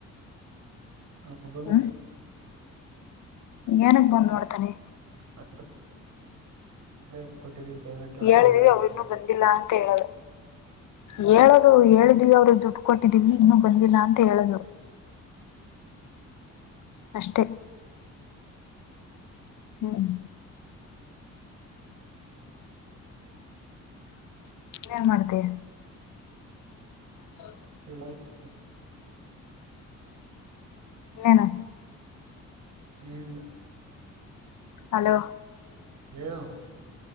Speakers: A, on the right; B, on the left.
A: ಹೌ <inaudible>
B: ಹ್ಮ್ ಏನಕ್ ಬಂದ್ ನೋಡ್ತಾನೆ.
A: ಹ <inaudible> <inaudible> ಕೊಟ್ಟಿದ್ದೀವಿ ಪೇಮೆಂಟ್. ಹಂಡ್ರೆಡ್
B: ಹೇಳಿದಿವಿ ಅವ್ರಿನ್ನೂ ಬಂದಿಲ್ಲ ಅಂತ ಹೇಳದು. ಹೇಳದು ಹೇಳಿದ್ವಿ ಅವರು ದುಡ್ಡು ಕೊಟ್ಟಿದೀವಿ ಇನ್ನು ಬಂದಿಲ್ಲ ಅಂತ ಹೇಳದು. ಹ <inaudible> <inaudible> ಅಷ್ಟೇ ಹ್ಮ್ <inaudible> <inaudible> ಏನ್ ಮಾಡ್ತಯ. ಹ್ಮ <inaudible>
A: ಹೇಳಳಕ್ <inaudible>
B: ಇನಾ <inaudible>
A: ಏನಿಲ್ಲ
B: ಹಲೋ <inaudible>
A: ಯ <inaudible>